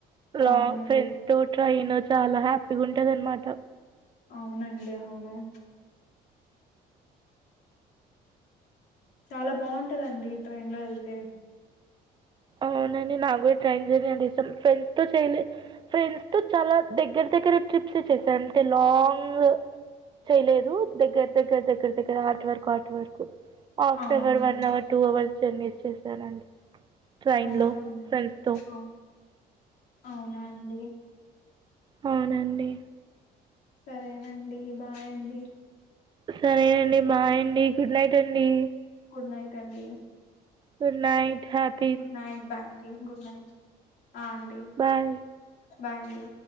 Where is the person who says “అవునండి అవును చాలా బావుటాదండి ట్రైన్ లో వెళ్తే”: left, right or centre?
Left